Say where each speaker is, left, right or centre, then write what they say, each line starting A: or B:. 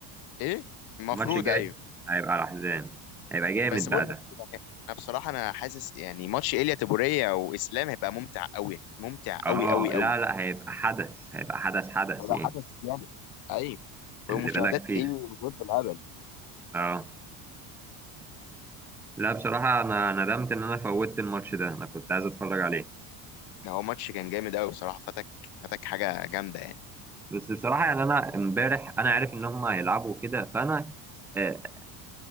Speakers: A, on the left; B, in the centre.
A: ايه المفروض
B: الماتش الجاي
A: ايوه
B: هيبقى على حزام هيبقى جامد
A: بس
B: بقى
A: بقول
B: ده
A: لك انا بصراحه انا حاسس يعني ماتش ايليا تبوريه واسلام هيبقى ممتع قوي ممتع
B: اه
A: قوي قوي
B: لا
A: قوي
B: لا هيبقى حدث هيبقى حدث حدث
A: هو
B: يعني
A: حدث جامد ايوه
B: اللي
A: ومشاهدات
B: بالك فيه
A: ايه مشاهدات بالهبل
B: اه لا بصراحة أنا ندمت إن أنا فوتت الماتش ده أنا كنت عايز أتفرج عليه
A: هو ماتش كان جامد قوي بصراحه فاتك فاتك حاجه جامده يعني
B: بس بصراحة يعني أنا إمبارح أنا عارف إن هم هيلعبوا كده فأنا آه،